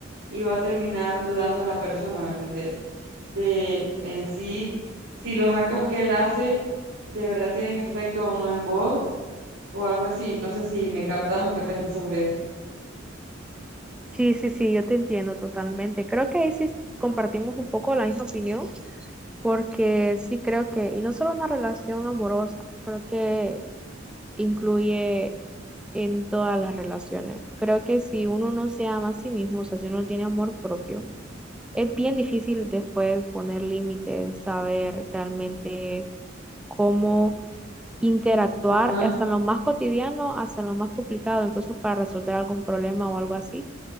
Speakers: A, on the right; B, in the centre.
A: y va a terminar dudando la persona, ¿me entendés? De en sí, si los actos que él hace de verdad tienen efecto o no en vos o algo así. No sé si me captas o qué piensas sobre eso.
B: Sí, sí, sí, yo te entiendo totalmente. Creo que ahí sí compartimos un poco la misma opinión, porque sí creo que, y no solo una relación amorosa, creo que incluye en todas las relaciones. Creo que si uno no se ama a sí mismo, o sea, si uno no tiene amor propio, es bien difícil después poner límites, saber realmente cómo interactuar
A: Ajá,
B: hasta en lo más cotidiano, hasta en lo más complicado, incluso para resolver algún problema o algo así.